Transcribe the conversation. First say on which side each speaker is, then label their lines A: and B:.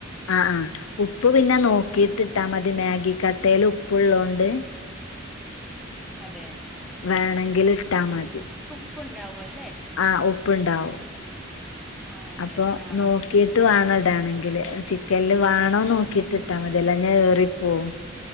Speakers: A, on the left; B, in the centre.
A: ആഹ് ആഹ് ഉപ്പ് പിന്നെ നോക്കിയിട്ട് ഇട്ടാ മ തി മാഗി കട്ടേൽ ഉപ്പുള്ളോണ്ട്
B: അതെ
A: വേണെങ്കില് ഇട്ടാ മതി
B: പ്പ് ണ്ടാവൊല്
A: ആഹ് ഉ പ്പ്ണ്ടാവും
B: ആ അതെ
A: അപ്പൊ
B: ആ
A: നോക്കിട്ട് വാണം ഇ ട്ടാണെങ്കില് ആഹ് സി ക്കല്ലൊ വാണോ നോക്കിയിട്ട് ഇട്ടാമതി വെല്ലാഞ്ഞ ഏറിപോവും